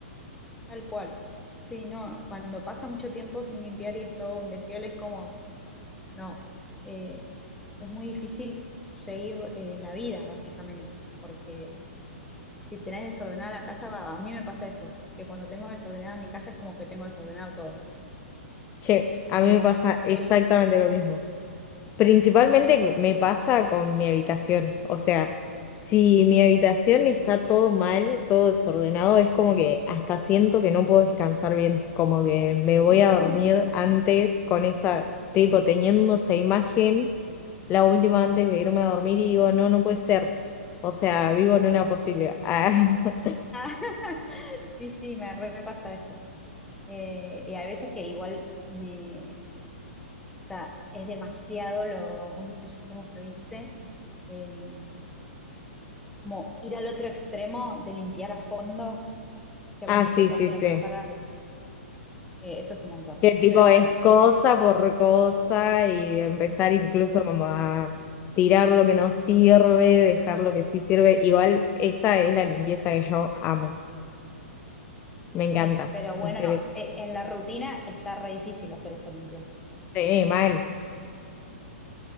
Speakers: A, in the centre; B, on the left (about 20°).
A: tal cual. Sí, no, cuando pasa mucho tiempo sin limpiar y es todo un despiole, es como, no, eh, es muy difícil seguir eh, la vida, básicamente, porque si tenés desordenada la casa, va, a mí me pasa eso, que cuando tengo desordenada mi casa es como que tengo desordenado todo.
B: Che, a
A: Y
B: mí me
A: una
B: pasa
A: vez
B: exactamente
A: que
B: lo mismo. Principalmente me pasa con mi habitación. O sea, si mi habitación está todo mal, todo desordenado, es como que hasta siento que no puedo descansar bien. Como que me voy
A: ¿Viste?
B: a dormir antes con esa, tipo, teniendo esa imagen, la última antes de irme a dormir y digo, no, no puede ser. O sea, vivo en una posibilidad. <laughs>
A: Ah, <laughs> Sí, sí, me repasa eso. Eh, y hay veces que igual me, o sea, es demasiado lo, ¿cómo se, cómo se dice? Em, como ir al otro extremo de limpiar a fondo, que
B: Ah,
A: cuando
B: ah, sí,
A: empezás
B: sí,
A: y
B: sí.
A: no puedes parar, eh, eso es un montón.
B: que tipo
A: Pero
B: es
A: bueno,
B: cosa
A: es,
B: por cosa y empezar
A: sí,
B: incluso como a tirar lo que no sirve, dejar lo que sí sirve. Igual esa es la limpieza que yo amo. Me encanta
A: sí, pero bueno,
B: hacer eso.
A: e- en la rutina está re difícil hacer esa limpieza.
B: Sí, mal.